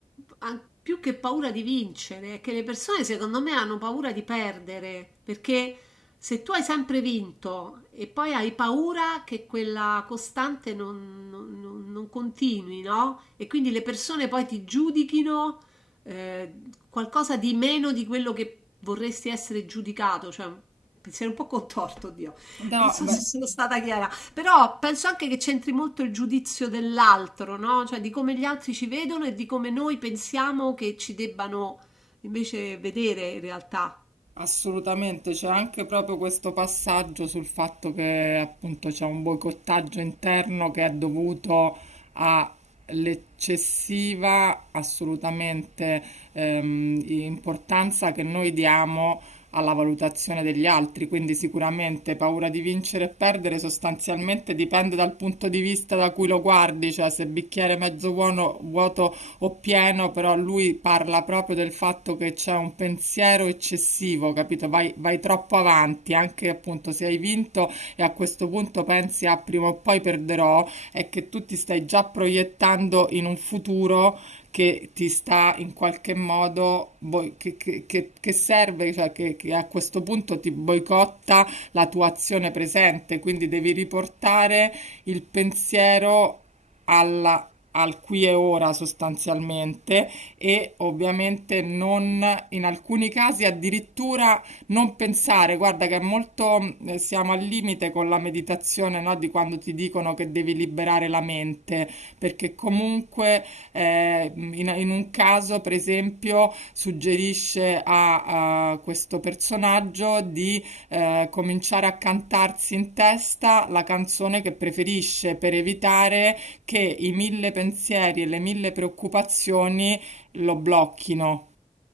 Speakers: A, in the centre; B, on the right (about 60°).
A: an- più che paura di vincere, è che le persone secondo me hanno paura di perdere, perché se tu hai sempre vinto e poi hai paura che quella costante non, non- non- non continui, no? E quindi le persone poi ti giudichino eh, qualcosa di meno di quello che vorresti essere giudicato, cioè un pensiero un po' contorto, Dio.
B: No,
A: Non so
B: beh,
A: se sono stata chiara, però penso anche che c'entri molto il giudizio dell'altro, no? Cioè di come gli altri ci vedono e di come noi pensiamo che ci debbano invece vedere in realtà.
B: Assolutamente, c'è anche proprio questo passaggio sul fatto che appunto c'è un boicottaggio interno che è dovuto all'eccessiva assolutamente ehm, importanza che noi diamo alla valutazione degli altri, quindi sicuramente paura di vincere e perdere sostanzialmente dipende dal punto di vista da cui lo guardi, cioè se bicchiere mezzo buono, vuoto o pieno, però lui parla proprio del fatto che c'è un pensiero eccessivo, capito? Vai, vai troppo avanti, anche appunto se hai vinto e a questo punto pensi a prima o poi perderò, è che tu ti stai già proiettando in un futuro che ti sta in qualche modo, boi- che, che- che- che serve, cioè che, che a questo punto ti boicotta la tua azione presente, quindi devi riportare il pensiero alla- al qui e ora sostanzialmente e ovviamente non in alcuni casi addirittura non pensare, guarda che è molto eh, siamo al limite con la meditazione, no, di quando ti dicono che devi liberare la mente, perché comunque eh, in, in un caso, per esempio, suggerisce a, a questo personaggio di eh, cominciare a cantarsi in testa la canzone che preferisce per evitare che i mille pensieri e le mille preoccupazioni lo blocchino.